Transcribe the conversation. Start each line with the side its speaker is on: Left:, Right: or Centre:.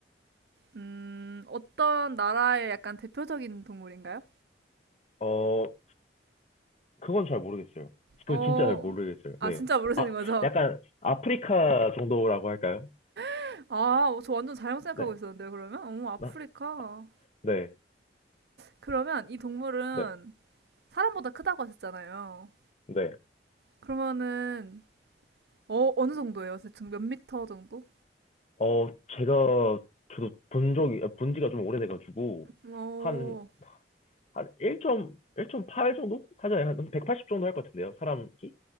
Right: 음, 어떤 나라의 약간 대표적인 동물인가요?
Left: 어, 그건 잘 모르겠어요. 그건
Right: 어,
Left: 진짜 잘 모르겠어요.
Right: 아,
Left: 네.
Right: 진짜 모르시는
Left: 아,
Right: 거죠?
Left: 약간 아프리카 정도라고 할까요?
Right: <laughs> 아, 저 완전 잘못 생각하고
Left: 네.
Right: 있었는데요, 그러면? 어, 아프리카.
Left: 나, 아, 네.
Right: 그러면 이 동물은
Left: 네.
Right: 사람보다 크다고 하셨잖아요.
Left: 네.
Right: 그러면은, 어, 어느 정도예요? 대충 몇 미터 정도?
Left: 어, 제가, 저도 본 적이, 본 지가 좀 오래돼가지고,
Right: 어,
Left: 한, 한 1점, 1.8 정도? 하잖아요. 한 180 정도 할 것 같은데요. 사람 키?